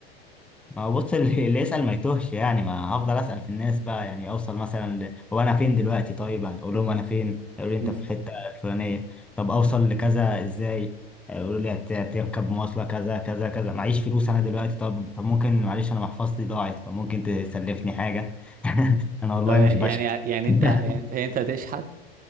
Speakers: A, in the centre; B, on the right.
A: ما هو بص اللي اللي يسأل ما يتوهش يعني ما هفضل أسأل في الناس بقى يعني اوصل مثلا ل... هو انا فين
B: مم.
A: دلوقتي طيب هتقول لهم انا فين يقولوا
B: مم.
A: لي انت في الحتة الفلانية طب اوصل لكذا ازاي يقولوا لي هت- هتركب مواصلة كذا كذا كذا معيش فلوس انا
B: <clears throat>
A: دلوقتي طب طب ممكن معلش انا محفظتي ضاعت فممكن تسلفني حاجة <laughs> انا والله
B: طب يعني
A: مش بشع
B: يعني
A: <laughs>
B: انت يعني يعني انت هتشحت